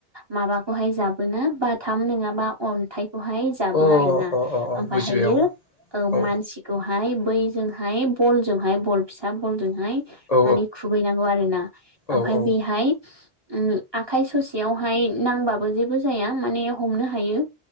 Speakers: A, on the right; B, on the left.
A: माबाखौहाय जाबोना बाथाम नङाबा अन्थाइ हाय जाबो
B: अ
A: आरोना
B: अ अ अ
A: ओमबाहायो
B: बुजिबाय औ
A: ओ
B: औ
A: मानसिखौ हाय बैजोंहाय बल जजोंहाय बल फिसा बलजों हाय
B: औ
A: मानि खुबैनांगौ आरोना
B: औ
A: ओमफ्राय
B: औ
A: बे हाय उम आखाइ ससेयावहाय नांबाबो जेबो जाया माने हमनो हायो